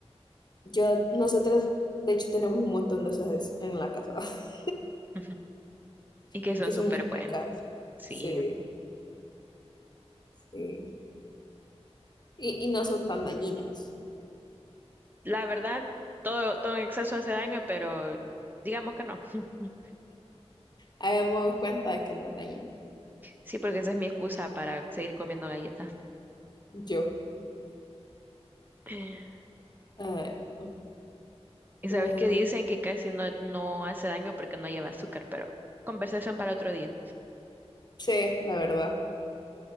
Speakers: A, on the left; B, on the right.
A: Yo, nosotros, de hecho, tenemos un montón de esas en la casa, <laughs>
B: ujú, Y que
A: porque
B: son
A: son
B: súper
A: bien
B: buenos.
A: ricas.
B: Sí,
A: Sí, sí. Y, y no son tan dañinas.
B: la verdad, todo, todo en exceso hace daño, pero digamos que no. <laughs>
A: Habíamos dado cuenta de que no es dañino.
B: Sí, porque esa es mi excusa para seguir comiendo galletas.
A: Yo.
B: <laughs>
A: Ay,
B: Y
A: bueno,
B: sabes que dicen que casi no, no hace daño porque no lleva azúcar, pero conversación para otro día.
A: sí, la verdad.